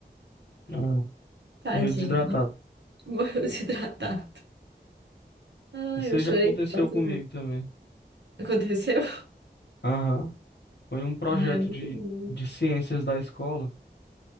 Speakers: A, on the left; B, on the right.
A: Ah,
B: tadinho,
A: morreu desidratado.
B: morreu <laughs> desidratado. Ai,
A: Isso
B: eu
A: aí
B: chorei
A: já aconteceu
B: tanto,
A: comigo
B: né?
A: também.
B: Aconteceu?
A: Aham. Foi um projeto
B: Ai, é muito
A: de,
B: bom.
A: de ciências da escola,